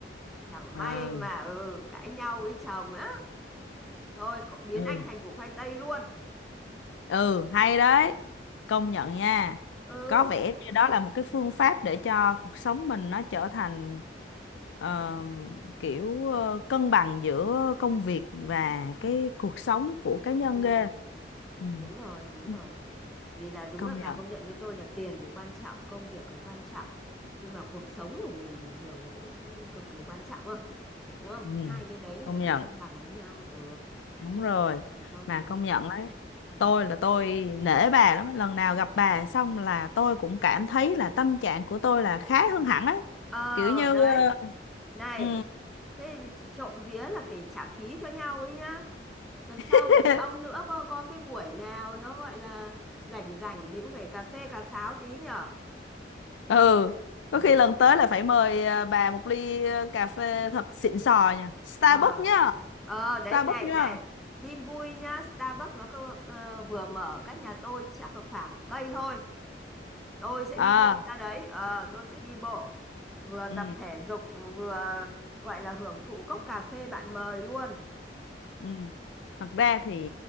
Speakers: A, in the centre; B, on the left.
A: chẳng
B: ừ
A: may mà ừ cãi nhau với chồng á, thôi cậu biến
B: ừ
A: anh thành củ khoai tây luôn.
B: Ừ, hay đấy. Công nhận nha.
A: Ừ,
B: Có vẻ như đó là một cái phương pháp để cho cuộc sống mình nó trở thành ờ, kiểu ờ, cân bằng giữa công việc và cái cuộc sống của cá nhân
A: ừ,
B: ghê. Ừ,
A: đúng rồi, đúng
B: Ừ.
A: rồi. vì là đúng
B: công
A: là bà
B: nhận.
A: công nhận với tôi là tiền thì quan trọng công việc thì quan trọng nhưng mà cuộc sống của mình bình thường nó cũng cũng cực kỳ quan trọng ơ đúng không
B: Ừ,
A: hai cái đấy là
B: công
A: nó
B: nhận.
A: phải cân bằng với nhau ừ
B: Đúng rồi.
A: còn không
B: Mà
A: là
B: công nhận đấy.
A: ừ.
B: Tôi là tôi nể bà lắm. ấy. Lần nào gặp bà xong là tôi cũng cảm thấy là tâm trạng của tôi là khá hơn hẳn ấy.
A: ờ
B: Kiểu như
A: đấy
B: ờ,
A: này
B: ừ.
A: thế thì chị trộm vía là phải trả phí cho nhau ấy nhá tuần sau
B: <laughs>
A: tuần sau nữa có có cái buổi nào nó gọi là rảnh rảnh thì cũng phải cà phê cà pháo tí nhở
B: ừ có
A: ừ
B: khi lần tới là phải mời ờ, bà một ly ờ, cà phê thật xịn sò nha Starbucks
A: ờ
B: nhá
A: ờ đấy
B: Starbucks
A: này
B: nhá
A: này tin vui nhá Starbucks nó cơ, cơ, vừa mở cách nhà tôi chắc là khoảng cây thôi tôi sẽ
B: à
A: đi bộ ra đấy ờ tôi sẽ đi bộ vừa
B: ừ
A: tập thể dục vừa gọi là hưởng thụ cốc cà phê bạn mời luôn
B: ừ thật ra thì